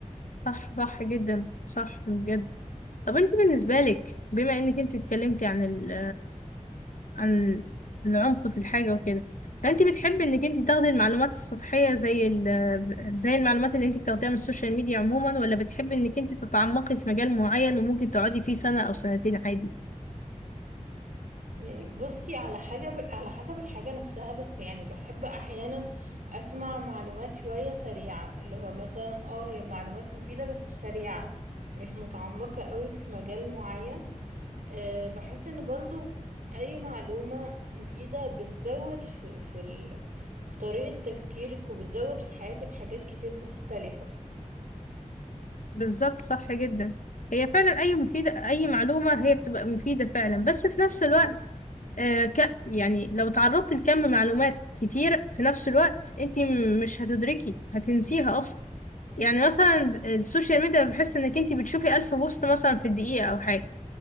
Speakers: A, on the left; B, on the right.
A: صح صح جدا صح بجد طب انت بالنسبة لك بما انك انت اتكلمتي عن ال عن العمق في الحاجة وكده فانت بتحبي انك انت تاخدي المعلومات السطحية زي ال زي المعلومات اللي انت بتاخديها من السوشيال ميديا عموما ولا بتحبي انك انت تتعمقي في مجال معين وممكن تقعدي فيه سنة او سنتين عادي
B: يعني بصي على حاجة ب... على حسب الحاجة نفسها بس يعني بحب أحيانا أسمع معلومات شوية سريعة اللي هو مثلا اه هي معلومات مفيدة بس سريعة مش متعمقة قوي في مجال معين أه بحس إن برضو أي معلومة مفيدة بتزود في في, ال... في طريقة تفكيرك وبتزود في حياتك حاجات كتير مختلفة
A: بالظبط صح جدا هي فعلا اي مفيدة اي معلومة هي بتبقى مفيدة فعلا بس في نفس الوقت آه ك يعني لو تعرضت لكم معلومات كتير في نفس الوقت انت م- مش هتدركي هتنسيها اصلا يعني مثلا السوشيال ميديا بحس انك انت بتشوفي ألف بوست مثلا في الدقيقة او حاجة